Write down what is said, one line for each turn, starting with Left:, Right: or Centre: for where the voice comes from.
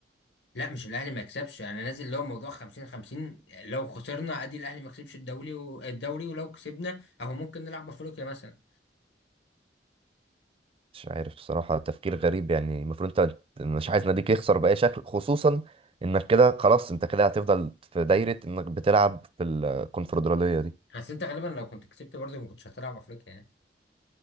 Left: لا مش الاهلي ما يكسبش انا نازل اللي هو موضوع 50 50 لو خسرنا ادي الاهلي ما كسبش الدوري و... الدوري ولو كسبنا اهو ممكن نلعب افريقيا مثلا
Right: مش عارف بصراحة تفكير غريب يعني المفروض انت مش عايز ناديك يخسر بأي شكل خصوصا انك كده خلاص انت كده هتفضل في دايرة انك بتلعب في الكونفدرالية دي
Left: بس انت غالبا لو كنت كسبت برضه ما كنتش هتلعب افريقيا يعني